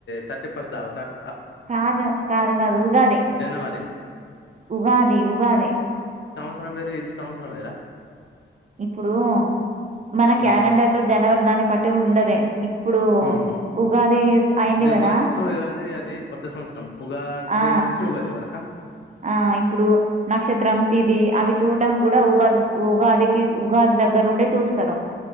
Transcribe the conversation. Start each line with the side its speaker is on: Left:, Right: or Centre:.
Left: తర్ పస్ దవతర్
Right: కాదు కాదు కాదు ఉగాదే
Left: జనవరి
Right: ఉగాది ఉగాదే
Left: సంవసరం వేరు ఇది సంవత్సరం వేరా
Right: ఇప్పుడు మన
Left: ఉమ్
Right: క్యాలెండర్ లో జనవరి దాని బట్టి ఉండదే ఇప్పుడు
Left: హుమ్
Right: ఉగాది అయింది
Left: ఇది
Right: కదా
Left: ఉగాదితో ఉగాది అది కొత్త సంవత్సరం ఉగాది
Right: ఆ
Left: నుంచి ఉగాది వరక
Right: ఆ ఇప్పుడు నక్షత్రం తిదిి అవి చూడడం కూడా ఉగాది ఉగాదికి ఉగాది దగ్గర నుండే చూస్తారు